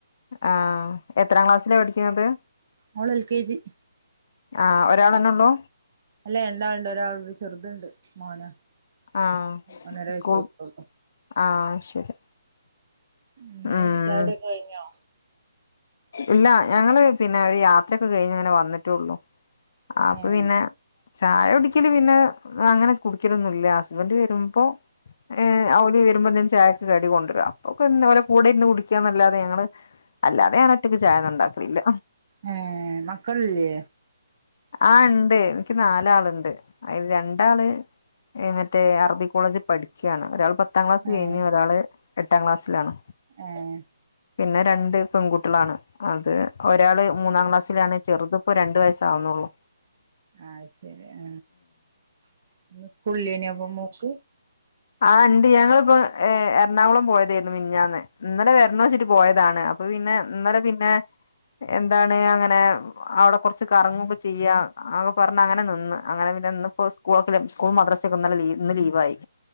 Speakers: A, on the left; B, on the right.
A: ആ എത്രാം ക്ലാസ്സില പഠിക്കുന്നത്
B: മോള് എൽ കെ ജി
A: ആ ഒരാളെന്നെള്ളൂ
B: അല്ലെ രണ്ടാള്ണ്ട് ഒരാളൂട്യും ചെറ്ത്ണ്ട് മോനാ
A: ആ
B: ഒന്നെരവയസായിട്ടൊള്ളു
A: സ്കൂൾ ആ ശരി
B: ങ്ങള്
A: ഉം
B: ചായുടിക്കെ കയ്ഞ്ഞോ
A: ഇല്ല ഞങ്ങള് പിന്നെ ഒരു യാത്രയൊക്കെ കയ്ഞ്ഞങ്ങനെ വന്നിട്ടേള്ളു അപ്പൊ
B: ഏഹ്
A: പിന്നെ ചായുടിക്കല് പിന്നെ അങ്ങനെ കുടിക്കലൊന്നുല്ല ഹസ്ബന്റ് വെരുമ്പോ ഏ ഓര് വെരുമ്പോ ന്തേലും ചായ ക്ക്‌ കടി കൊണ്ട്രുരും അപ്പൊക്കൊന്ന് ഓരെ കൂടെ ഇര്ന്ന് കുടിക്കാന്നല്ലാതെ ഞങ്ങള് അല്ലാതെ ഞാനൊ റ്റക്ക്‌ ചായൊന്നുംണ്ടാക്കലില്ല
B: ഏ മക്കളില്ലേ
A: ആ ണ്ട് ൻക്ക് നാലാള്ണ്ട് അയ്ല് രണ്ടാള് എ മറ്റേ അറബി കോളേജ് പഠിക്കാണ് ഒരാള് പത്താം ക്ലാസ് കഴിഞ്ഞ്
B: ഏഹ്
A: ഒരാള് എട്ടാം ക്ലാസ്സിലാണ്
B: ഏഹ്
A: പിന്നെ രണ്ട് പെൺകുട്ട്യളാണ് അത് ഒരാള് മൂന്നാം ക്ലാസ്സിലാണ് ചെറുത്പ്പോ രണ്ട് വയസ്സാവുന്നൊള്ളു
B: അത് ശെരി ആ ഇന്ന് സ്കൂൾല്ലെയ്യ്നോ പ്പം മോക്ക്
A: ആ ണ്ട് ഞങ്ങളിപ്പോ ഏ എറണാകുളം പോയതേര്ന്നു മിഞ്ഞാന്ന് ഇന്നലെ വെരണം ച്ച്ട്ട് പോയതാണ് അപ്പൊ പിന്നെ ഇന്നലെ പിന്നെ എന്താണ് അങ്ങനെ അവടെ കൊർച്ച് കറങ്ങൊക്കെ ചെയ്യാ അങ്ങ് പർഞ്ഞ് അങ്ങനെ നിന്ന് അങ്ങനെ പിന്നെ ന്ന്പ്പൊ സ് കൂളൊക്കെല്ലെ സ്കൂളും മദ്രസക്കെന്നലെ ഇന്ന് ലീവായി